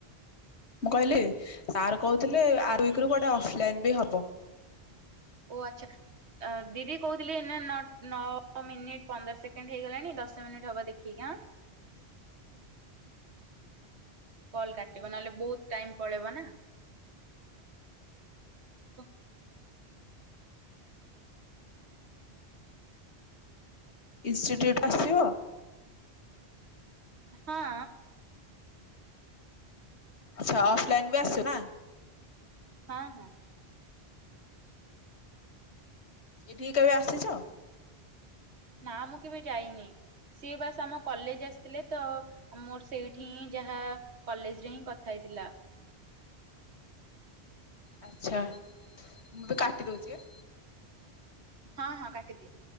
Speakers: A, on the left; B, on the right.
A: ମୁଁ କହିଲି ସାର୍ କହୁଥିଲେ ଆର ଉଇକିରୁ କୁଆଡେ ଅଫଲାଇନ ବି ହବ।
B: ଓ ଆଚ୍ଛା। ଅ ଦିଦି କହୁଥିଲି ଏଇନା ନ ନଅ ମିନିଟ୍ ପନ୍ଦର ସେକେଣ୍ଡ ହେଇଗଲାଣି। ଦଶ ମିନିଟ୍ ହବ ଦେଖିକି ଆଁ। କଲ୍ କାଟିବ ନହେଲେ ବହୁତ ଟାଇମ ପଳେଇବ ନା। କ
A: ଇନ୍ସ୍ଟିଟ୍ୟୁଟ ଆସିବ।
B: ହଁ।
A: ଆଚ୍ଛା ଅଫଲାଇନ ବି ଆସଛୁ ନା।
B: ହଁ ହଁ।
A: ଏଇଠିକି କେବେ ଆସିଚ?
B: ନା ମୁଁ କେବେ ଯାଇନି। ସିଏ ବାସ ଆମ କଲେଜ ଆସିଥିଲେ। ତ ମୋର ସେଇଠି ହିଁ ଯାହା କଲେଜ ରେ ହିଁ କଥା ହେଇଥିଲା।
A: ଆଚ୍ଛା ମୁଁ ଏବେ କାଟି ଦଉଚି ଆଁ।
B: ହଁ ହଁ କାଟିଦିଅ।